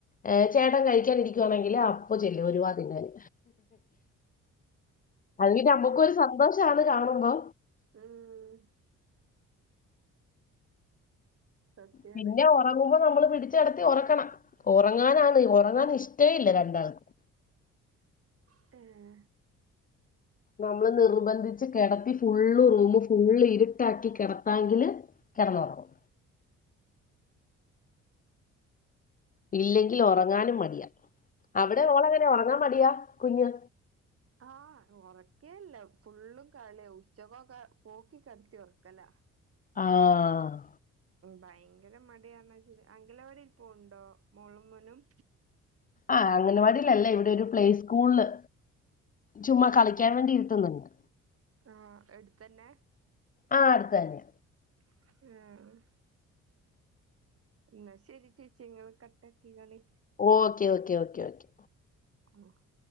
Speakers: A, on the left; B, on the right.
A: ഏ ചേട്ടൻ കഴിക്കാനിരിക്കുവാണെങ്കിൽ അപ്പൊ ചെല്ലും ഒരു വാ തിന്നാന് അത് നമ്മുക്കൊരു സന്തോഷണ് കാണുമ്പോ
B: <unintelligible> സത്യാണ്
A: പിന്നെഒറങ്ങുമ്പോ നമ്മള് പിടിച്ച് ച്ച് കിടത്തി ഉറക്കണം ഉറങ്ങാനാണ് ഉറങ്ങാൻ ഇഷ്ടേ ഇല്ല രണ്ടാൾക്കും
B: <unintelligible>
A: നമ്മള് നിർബന്ധിച്ച് കിടത്തി ഫുള്ള് റൂമ് ഫുള്ള് ഇരുട്ടാക്കി കിടത്താങ്കില് കിടന്നുറങ്ങും ഇല്ലെങ്കിൽ ഒറങ്ങാനുംമടിയാ അവിടെ ളെങ്ങനാ ഒറങ്ങാൻ മടിയാ കുഞ്
B: ആഹ ഒറക്കേല്ല ഫുള്ളും കളിയ ഉച്ചകൊക്കെ പോക്കി കടുത്തി ഉറക്കല
A: ആഹ്ഹഹ്ഹ
B: ഭയങ്കര മടിയന്ന അങ്കിലവടി പോണുണ്ടോ മോളും മോനും
A: ആഹ് അംഗനവാടിലല്ല ഇവിടെ ഒരുപ്ലേ സ്കൂളില് ചുമ്മാ കളിക്കാൻ വേണ്ടിയിരുത്തുന്നുണ്ട്
B: ആഹ് എടുത്തന്നെ
A: ആഹ് അടുത്തുതന്നെ
B: <unintelligible> എന്നാ ശരിചേച്ചിങ്ങള് കട്ടാക്കിക്കോളി
A: ഓക്കേ ഓക്കെ ഓക്കെ ഓക്കെ
B: <unintelligible>